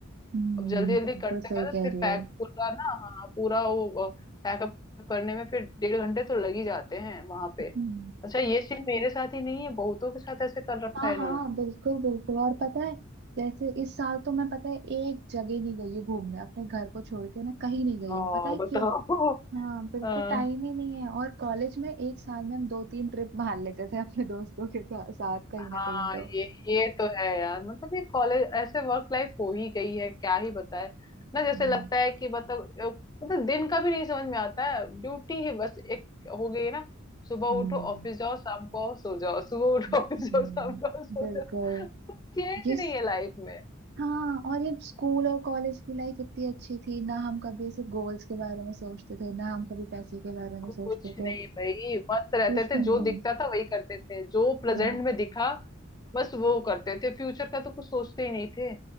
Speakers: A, on the right (about 55°); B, on the left (about 20°).
A: हम्म
B: अब जल्दी जल्दी
A: बिल्कुल
B: करते
A: सही
B: करते
A: कह
B: फिर
A: रही
B: पैक
A: हो
B: पूरा ना हाँ पूरा वो पैकअप करने में फिर डेढ़ घंटे तो लग ही जाते हैं वहां पे
A: हम्म
B: अच्छा ये सीन मेरे साथ ही नहीं है बहुतों के साथ ऐसे कर रखा
A: हाँ
B: है इन्होंने
A: हाँ बिल्कुल बिल्कुल और पता है जैसे इस साल तो मैं पता है एक जगह नहीं गई हूँ घूमने अपने घर को छोड़ के मैं कहीं नहीं गई
B: हाँ
A: हूँ पता है
B: बताओ
A: क्यों हाँ बिल्कुल
B: हाँ
A: टाइम ही नहीं है और कॉलेज में एक साल में हम दो तीन ट्रिप मार लेते थे अपने दोस्तों के था- साथ कहीं
B: हाँ
A: ना कहीं तो
B: ये ये तो है यार मतलब ये कॉलेज ऐसे वर्क लाइफ हो ही गई है क्या ही बताए ना जैसे
A: हम्म
B: लगता है कि मतलब अ, मतलब दिन का भी नहीं समझ में आता है ड्यूटी ही बस एक हो गई है ना सुबह
A: हम्म
B: उठो ऑफिस जाओ शाम को आओ सो जाओ सुबह उठो
A: हम्म,
B: ऑफिस जाओ शाम को आओ सो
A: बिल्कुल
B: जाओ कुछ चेंज
A: ये
B: नहीं है लाइफ में
A: हाँ और ये स्कूल और कॉलेज की लाइफ इतनी अच्छी थी ना हम कभी सिर्फ गोल्स के बारे में सोचते थे ना हम कभी पैसे के बारे में
B: कुछ
A: सोचते थे
B: नहीं भाई मस्त रहते
A: कुछ
B: थे
A: भी
B: जो
A: नहीं
B: दिखता था वही करते थे जो प्रेजेंट
A: हाँ
B: में दिखा बस वो करते थे फ्यूचर का तो कुछ सोचते ही नहीं थे